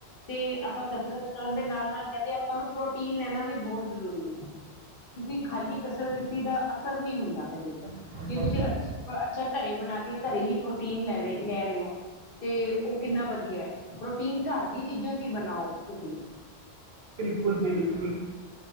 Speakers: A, on the left; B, on the right.
A: ਤੇ ਆਪਾਂ, ਕਸਰਤ ਕਰਨ ਦੇ ਨਾਲ- ਨਾਲ ਕਹਿੰਦੇ ਆਪਾਂ, ਨੂੰ ਪ੍ਰੋਟੀਨ ਲੈਨਾ ਵੀ, ਬਹੁਤ ਜ਼ਰੂਰੀ ਹੈ।
B: ਦੇ
A: ਕਿਉਂਕਿ ਖਾਲੀ ਕਸਰਤ, ਕੀਤੀ ਦਾ ਅਸਰ ਨਹੀ, ਹੁੰਦਾ ਕਹਿੰਦੇ।
B: ਨਾਲ
A: ਜੇ
B: ਨਾਲ
A: ਤੁਸੀ ਅੱਛਾ, ਘਰੇ ਬਨਾ ਕੇ, ਘਰੇ ਹੀ ਪ੍ਰੋਟੀਨ ਲੈ ਰਹੇ ਲੈ ਰਹੇ ਹੋ। ਤੇ ਉਹ ਕਿੰਨਾ ਵਧੀਆ। ਪ੍ਰੋਟੀਨ ਘਰ ਦੀ, ਚੀਜ਼ਾਂ ਚ ਹੀ, ਬਨਾਓ ਤੁਸੀ
B: ਬਿਲਕੁਲ- ਬਿਲਕੁਲ